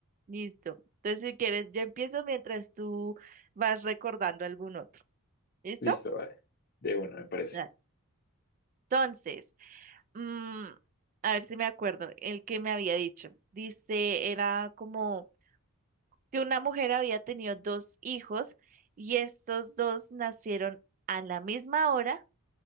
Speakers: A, on the right; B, on the left.
A: Listo. Entonces, si quieres, yo empiezo mientras tú vas recordando algún otro. ¿Listo?
B: Listo, vale. De uno, me parece.
A: Dale. Entonces, mm, a ver si me acuerdo, el que me había dicho. Dice, era como que una mujer había tenido dos hijos y estos dos nacieron a la misma hora,